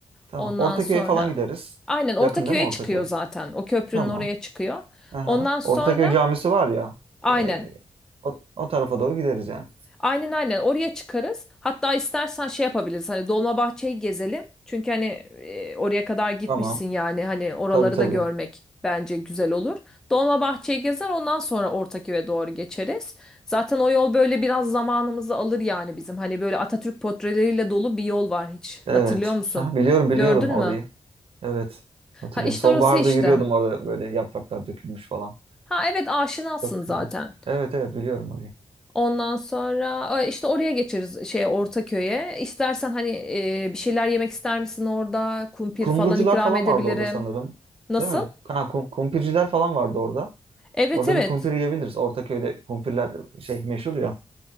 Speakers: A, on the right (about 55°); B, in the centre.
A: Tamam.
B: Ondan
A: Ortaköy'e
B: sonra
A: falan gideriz.
B: aynen Ortaköy'e
A: Yakın değil mi Ortaköy?
B: çıkıyor zaten. O köprünün
A: Tamam.
B: oraya çıkıyor.
A: Aha.
B: Ondan sonra
A: Ortaköy camisi var ya.
B: aynen.
A: ee, o, o tarafa doğru gideriz yani.
B: Aynen aynen oraya çıkarız. Hatta istersen şey yapabiliriz. Hani Dolmabahçe'yi gezelim. Çünkü hani e, oraya kadar gitmişsin
A: Tamam.
B: yani hani oraları
A: Tabii tabii.
B: da görmek bence güzel olur. Dolmabahçe'yi gezer ondan sonra Ortaköy'e doğru geçeriz. Zaten o yol böyle biraz zamanımızı alır yani bizim. Hani böyle Atatürk portreleriyle dolu bir yol var hiç.
A: Evet.
B: Hatırlıyor musun?
A: Ha, biliyorum biliyorum
B: Gördün
A: orayı.
B: mü?
A: Evet. Hatırlıyorum.
B: Ha işte
A: Sonbaharda
B: orası işte.
A: yürüyordum orada böyle yapraklar dökülmüş falan.
B: Ha evet aşinasın
A: Yok.
B: zaten.
A: ha. Evet evet biliyorum orayı.
B: Ondan sonra e, işte oraya geçeriz şeye Ortaköy'e. İstersen hani e, bir şeyler yemek ister misin orada? Kumpir
A: Kumrucular
B: falan ikram
A: falan
B: edebilirim.
A: vardı orada sanırım.
B: Nasıl?
A: Değil mi? Ha, kum, kumpirciler falan vardı orada.
B: Evet
A: Orada
B: evet.
A: bir kumpir yiyebiliriz. Ortaköy'de kumpirler şey meşhur ya.